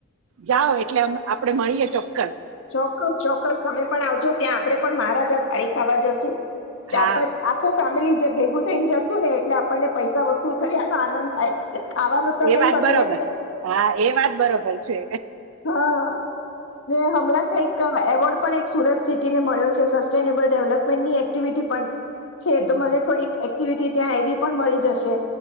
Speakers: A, on the right (about 85°); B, on the left (about 75°).
A: જાઓ એટલે આપડે મળીએ ચોક્કસ.
B: ચોક્કસ ચોક્કસ તમે પણ આવજો ત્યાં આપડે પણ મહારાજા અડી ખાવા જસું ચાર
A: હા
B: પાંચ આખો ફેમિલી જે ભેગું થઈને જશુ ને એટલે આપણને પૈસા વસુલ કરીનો આનંદ. થાય ખાવાનું તો
A: એ
B: નહી
A: વાત
B: બગડે
A: બરોબર હા એ વાત બરોબર છે.
B: હા ને હમણાં કઈક. એવોર્ડ પણ એક સુરત સિટીને મળ્યો છે સસ્ટેનેબલ ડેવલપમેન્ટની એક્ટિવિટી પણ. છે
A: હમ
B: તો મને થોડીક. એક્ટિવિટી ત્યાં એવી પણ મળી જશે.